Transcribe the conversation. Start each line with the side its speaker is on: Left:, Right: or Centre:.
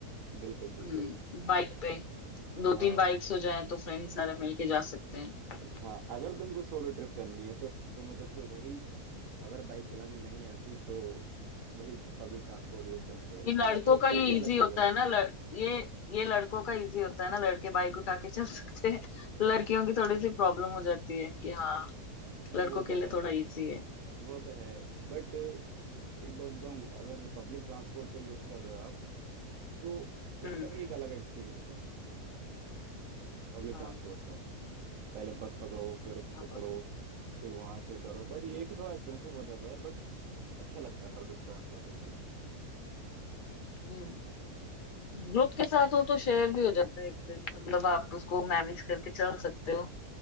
Right: बिल्कुल बिल्कुल
Left: हम्म बाइक पे दो
Right: हाँ
Left: तीन बाइक्स हो जाएं तो फ्रेंड सारे मिलके जा सकते हैं
Right: हाँ अगर तुमको सोलो ट्रिप करनी है तो तुम्हें तो फिर वही अगर बाइक चलानी नहीं आती तो वही पब्लिक ट्रांसपोर्ट यूज करनी पड़ेगी
Left: ये लड़कों
Right: मगर उसका
Left: का ये
Right: भी अलग
Left: इजी होता
Right: मजा
Left: है
Right: है
Left: ना लड़, ये ये लड़कों का इजी होता है ना लड़के बाइक उठा के चल सकते हैं <laughs> लड़कियों की थोड़ी
Right: <laughs>
Left: सी प्रॉब्लम हो जाती है कि हाँ लड़कों
Right: वो
Left: के
Right: तो
Left: लिए
Right: है
Left: थोड़ा इजी है
Right: वो तो है बट एक बात बताऊं अगर पब्लिक ट्रांसपोर्ट का यूज कर रहे हो आप तो
Left: हम्म
Right: उसका भी एक अलग एक्सपीरियंस है पब्लिक
Left: हाँ
Right: ट्रांसपोर्ट का पहले बस पकड़ो फिर उस
Left: आप
Right: उतरो
Left: अपने-
Right: फिर वहां से करो बट ये है कि थोड़ा एक्सपेंसिव हो जाता है बट अच्छा लगता है पब्लिक ट्रांसपोर्ट में भी
Left: हम्म ग्रुप के साथ हो तो शेयर भी हो जाता है एक्सपेंस मतलब आप उसको मैनेज करके चल सकते हो